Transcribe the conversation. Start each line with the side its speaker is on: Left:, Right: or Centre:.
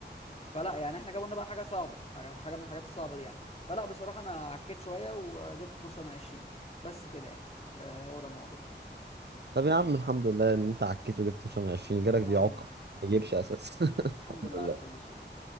Left: فلا يعني احنا جابوا لنا بقى حاجه صعبه حاجه حاجه من الحاجات الصعبه دي يعني فلا بصراحه انا عكيت شويه وجبت 12 من 20 بس كده يعني آه، هو ده الموضوع
Right: طب يا عم الحمد لله ان انت عكيت وجبت 12 من 20 جالك
Left: يا
Right: بيعك
Left: عم
Right: ما يجيبش اساس <laughs>
Left: <laughs> الحمد
Right: الحمد
Left: لله
Right: لله
Left: على كل شيء